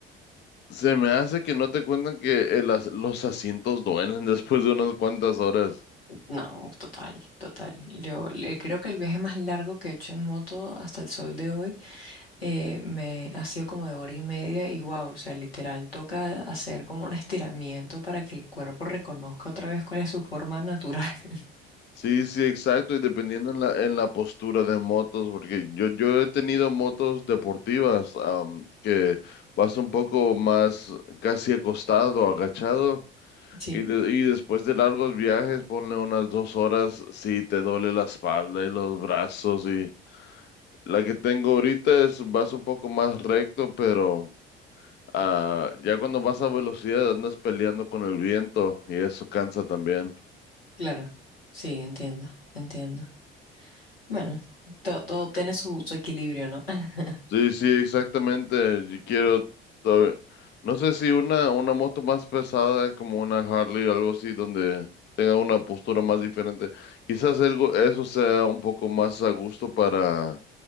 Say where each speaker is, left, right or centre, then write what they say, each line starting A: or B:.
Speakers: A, on the left; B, on the left.
A: Se me hace que no te cuentan que el as- los asientos duelen <laughs> después de unas cuantas horas.
B: No, total, total. Yo le- creo que el viaje más largo que he hecho en moto hasta el sol de hoy eh, me ha sido como de hora y media y wow, o sea, literal toca hacer como un estiramiento para que el cuerpo reconozca otra vez cuál es su forma natural. <laughs>
A: Sí, sí, exacto, y dependiendo en la, en la postura de motos, porque yo, yo he tenido motos deportivas am, que vas un poco más casi acostado, agachado,
B: Sí,
A: y, de- y después de largos viajes, ponle unas dos horas, sí, te duele la espalda y los brazos, y la que tengo ahorita es, vas un poco más recto, pero... Ah, ya cuando vas a velocidad andas peleando con el viento y eso cansa también.
B: claro. Sí, entiendo, entiendo. Bueno, to- todo tiene su, su equilibrio, ¿no? <laughs>
A: Sí, sí, exactamente. Yo quiero todavía- No sé si una, una moto más pesada como una Harley o algo así donde tenga una postura más diferente. Quizás algo, eso sea un poco más a gusto para